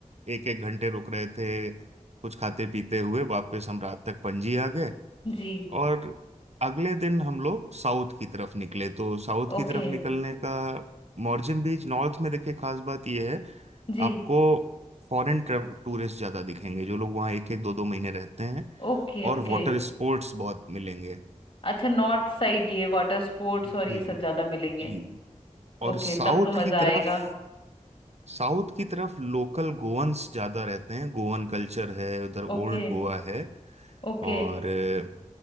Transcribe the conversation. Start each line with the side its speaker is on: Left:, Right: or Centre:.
Right: एक एक घंटे रुक रहे थे कुछ खाते पीते हुए वापस हम रात तक पणजी आ गए
Left: जी
Right: और अगले दिन हम लोग साउथ की तरफ निकले तो साउथ की
Left: ओके
Right: तरफ निकलने का मोरजिम बीच नॉर्थ में देखिए खास बात यह है
Left: जी
Right: आपको फॉरेन टूरिस्ट ज्यादा दिखेंगे जो लोग वहाँ एक एक दो दो महीने रहते हैं
Left: Okay
Right: और
Left: okay
Right: वाटर स्पोर्ट्स बहुत मिलेंगे
Left: अच्छा नॉर्थ साइड ये वाटर स्पोर्ट्स
Right: जी
Left: और ये सब ज्यादा मिलेंगे
Right: जी और
Left: ओके
Right: साउथ
Left: तब तो मजा
Right: की
Left: आएगा
Right: तरफ साउथ की तरफ लोकल गोवंस ज्यादा रहते हैं गोवन कल्चर है उधर ओल्ड
Left: Okay
Right: गोवा है
Left: okay
Right: और अ,